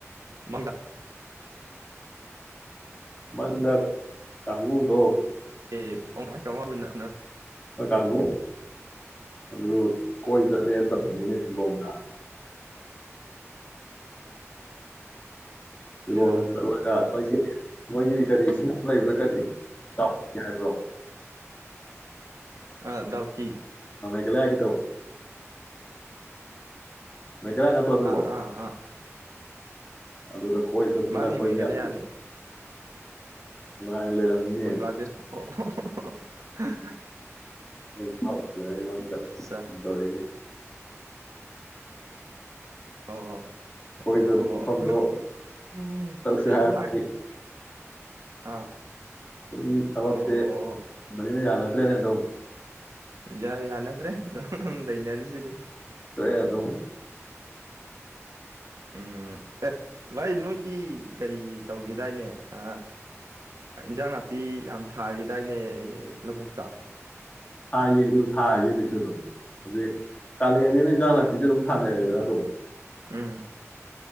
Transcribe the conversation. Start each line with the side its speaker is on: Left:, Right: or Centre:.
Right: ꯃꯪꯗ
Left: ꯃꯪꯗ ꯀꯥꯡꯕꯨꯗꯣ
Right: ꯑꯦ ꯑꯣ ꯀꯃꯥꯏ ꯀꯃ ꯎꯟꯅ ꯎꯅ
Left: ꯍꯣꯏ ꯀꯥꯡꯒꯨ ꯑꯗꯨꯣ ꯀꯣꯏ ꯆꯠꯂꯦꯅ ꯇꯧꯔꯃꯤꯅꯦ ꯁꯤꯂꯣꯡ ꯑ ꯂꯨꯍꯣꯡꯅ
Right: ꯁꯤꯂꯣꯡꯗ
Left: ꯆꯠꯂꯒ ꯍꯣꯏꯖꯦ ꯃꯣꯏꯒꯤ ꯀꯔꯤ ꯏꯁꯤꯡ ꯂꯩꯕꯗ ꯀꯔꯤ, ꯇꯥꯎ ꯌꯥꯔꯕ꯭ꯔꯣ
Right: ꯑ ꯗꯚ ꯊꯤ
Left: ꯏꯜꯂ ꯍꯥꯏꯒꯦ ꯇꯧ ꯃꯦꯘ ꯒꯥꯂꯥ ꯅꯠꯇ꯭ꯔꯣ ꯑꯗꯨꯕꯣ
Right: ꯑꯥ ꯑꯥ
Left: ꯑꯗꯨꯗ ꯀꯣꯏ ꯆꯠꯇꯅ
Right: ꯃꯥꯅꯤꯃꯤꯒ
Left: ꯑꯩꯈꯣꯏꯁꯦ ꯌꯥꯝ
Right: ꯌꯥꯅꯤ
Left: ꯅꯨꯡꯉꯥꯏꯅ ꯂꯩꯔꯝꯃꯤꯅꯦ
Right: ꯕꯪꯒ꯭ꯂꯥꯗꯦꯁ ꯑꯣꯍꯣ ꯍꯣ <unintelligible>
Left: ꯃꯩꯐꯥꯎꯅꯩ ꯃꯪꯗ
Right: ꯑꯆꯥ
Left: ꯃꯇꯜꯂꯤꯅꯦ
Right: ꯑꯣ
Left: ꯑꯩꯈꯣꯏꯗ
Right: ꯑꯣ
Left: ꯐꯝꯗꯣ
Right: ꯑꯩꯈꯣꯏ
Left: ꯆꯧꯁꯤ ꯍꯥꯏꯔꯕꯅꯤ
Right: ꯊꯥꯏ ꯑꯥ
Left: ꯑꯗꯨꯝ ꯊꯕꯛꯁꯦꯕꯅꯤꯅ
Right: ꯑꯣ
Left: ꯌꯥꯅ ꯃꯠꯇ꯭ꯔꯦ ꯅꯦ ꯗꯨꯝ
Right: ꯌꯥꯅꯗ꯭ꯔꯦ ꯂꯩꯅꯔꯤꯁꯤꯗꯤ
Left: ꯂꯣꯏꯔꯦ ꯑꯗꯨꯝ
Right: ꯎꯝ ꯑꯦ ꯚꯥꯏ ꯅꯣꯏꯒꯤ ꯀꯔꯤ ꯇꯧꯒꯤꯗꯥꯏꯅꯦ ꯑ ꯏꯟꯖꯥꯡ ꯅꯥꯄꯤ ꯌꯥꯝ ꯊꯥꯒꯦꯗꯥꯏꯅꯦ ꯑꯍꯦ ꯂꯧꯕꯨꯛꯇ
Left: ꯊꯥꯏꯌꯦ ꯑꯗꯨ ꯊꯥꯌꯦ ꯍꯧꯖꯤꯛꯁꯨ ꯑꯗꯨꯝ ꯍꯧꯖꯤꯛ ꯀꯥꯂ ꯑꯅꯤ ꯅꯖꯥꯡꯅꯥꯛꯄꯤꯁꯨ ꯑꯗꯨꯝ ꯊꯥꯅ ꯑꯗꯨꯝ
Right: ꯎꯝ